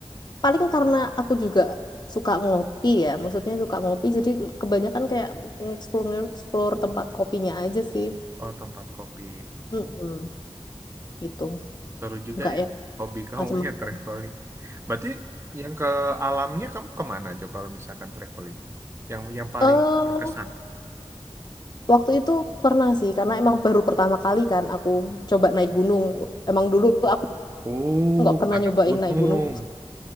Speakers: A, on the left; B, on the right.
A: paling karena aku juga suka ngopi ya maksudnya suka ngopi jadi kebanyakan kayak explore explore tempat kopinya aja sih
B: Oh, tempat kopi.
A: Mm-mm, gitu
B: Seru juga
A: nggak
B: ya.
A: yang
B: Hobi kamu
A: macam-macam
B: <laughs> yang traveling. Berarti yang ke alamnya kamu kemana aja kalau misalkan traveling? Yang yang paling
A: eh
B: berkesan?
A: waktu itu pernah sih karena emang baru pertama kali kan aku coba naik gunung emang dulu aku
B: Oh,
A: nggak pernah
B: anak
A: nyobain
B: gunung.
A: naik gunung